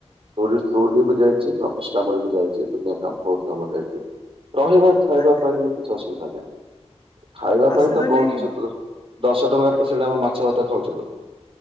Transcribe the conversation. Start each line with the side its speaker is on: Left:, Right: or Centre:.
Right: ଟୁରିଷ୍ଟ ତୁରରେ ବି ଯାଇଛି ଅଫିସ କାମରେ ବି ଯାଇଛି ଦୁନିଆ କାମ ବହୁତ କାମରେ ଯାଇଛି। ରହିବା ଖାଇବା
Left: ଆଜ୍ଞା
Right: ପାଇଁବି କିଛି ଅସୁବିଧା ନାହିଁ ଖାଇବା
Left: ଅସୁବିଧା
Right: ପାଇଁ ତ ବହୁତ
Left: ନାହିଁ
Right: ଦଶ ଟଙ୍କାରେ ତ ସେଇଟି ଆମେ ମାଛ ଭାତ ଖାଉଥିଲୁ।